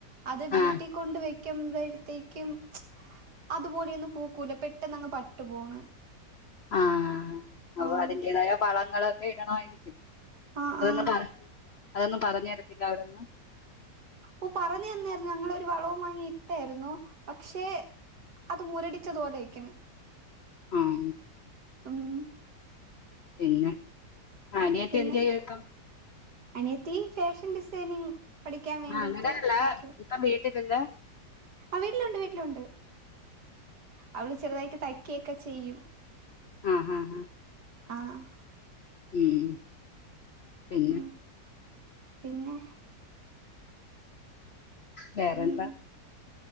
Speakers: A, on the right (about 65°); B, on the left (about 60°).
A: അത് വീട്ടീക്കൊണ്ട്
B: ആ
A: വെ ക്കുമ്പഴത്തേക്കും അതുപോലെയൊന്നും പൂക്കൂല പെട്ടെന്ന് അങ്ങ് പട്ട് പോണ്.
B: ആഹ്. അപ്പൊ
A: ആഹ്
B: അതിന്റേതായ വളങ്ങളൊക്കെ ഇടണവായിരിക്കും.
A: ആഹ്
B: അതൊന്നും
A: ആഹ്
B: പറ, അതൊന്നും പറഞ്ഞരത്തില്ലെ അവിടന്ന്?
A: ഓഹ് പറഞ്ഞെന്നായിരുന്നു, ഞങ്ങളൊരു വളവും വാങ്ങി ഇട്ടായിരുന്നു. പക്ഷെ അത് മുരടിച്ചത്പോലെ നിക്കണ്.
B: ഉം.
A: ഉം.
B: പിന്നെ. അനിയത്തി
A: പിന്നെ
B: എന്തെയുവ്വാ ഇപ്പം?
A: അനിയത്തി ഫേഷൻ ഡിസൈനിങ് പഠിക്കാൻ വേണ്ടീട്ട്
B: ആഹ് അങ്ങനെയല്ല
A: നിക്കാ.
B: ഇപ്പം വീട്ടിലില്ല?
A: ആഹ് വീട്ടിലുണ്ട് വീട്ടിലുണ്ട്. അവള് ചെറ്തായിട്ട് തയ്ക്കൊക്കെ ചെയ്യും.
B: ആഹ് ഹാ ഹാ.
A: ആഹ്.
B: ഉം പിന്നെ?
A: ഉം പിന്നെ?
B: വേറെന്താ?
A: ഉം